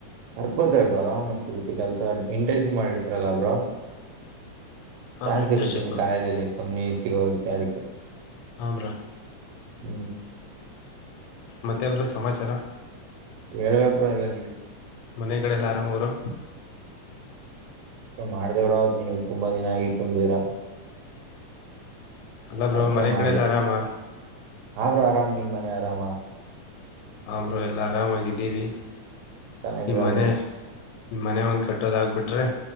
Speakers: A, on the right; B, on the left.
A: ಕರ್ಕೋತಾರ್ ಆರಾಮ್ ಸಿಗುತ್ತೆ ಕೆಲ್ಸ ಇಂಟರ್ನ್ಶಿಪ್ ಮಾಡಿರ್ತೀರಲ್ಲಾ ಬ್ರೋ
B: ಹಾ
A: ಚಾನ್ಸ್
B: ಬ್ರೋ ಇಂಟರ್ನ್ಶಿಪ್
A: ಇರುತ್ತೆ ನಿಮಗೆ ಕಾಲೇಜಲ್ಲಿ ಕಂಪ್ನಿ ಸಿಗೋದಕ್ಕೆ ಅದಕ್ಕೆ
B: ಹಾ ಬ್ರೋ
A: ಹ್ಮ್
B: ಮತ್ತೆ ಬ್ರೋ ಸಮಾಚಾರ
A: ಹೇಳ್ಬೇಕ್ ಬ್ರೋ ಎಲ್ಲ ನೀವೇ
B: ಮನೆ ಕಡೆಲ್ಲ ಆರಾಮ್ ಅವ್ರು
A: ಮಾಡ್ದೇವ್ರಾವ್ ನೀವ್ ತುಂಬಾ ದಿನ ಆಗಿತ್ತು ಅಂದಿರಾ
B: ಅಲ್ಲ ಬ್ರೋ
A: ಅದ್ಕೆ
B: ಮನೆ
A: ಮಾಡ್ದೆ
B: ಕಡೆ ಎಲ್ಲ ಆರಾಮ
A: ಹಾ ಬ್ರೋ ಆರಾಮ ನಿಮ್ಮನೆಲ್ ಆರಾಮ
B: ಹಾ ಬ್ರೋ ಎಲ್ಲಾ ಆರಾಮಾಗಿದ್ದೀವಿ
A: ಚೆನ್ನಾಗಿದಿರಾ
B: ನಿಮ್ಮನೆ
A: ಬ್ರೋ
B: ಈ ಮನೆ ಒಂದ್ ಕಟ್ಟೋದ ಆಗ್ಬಿಟ್ರೆ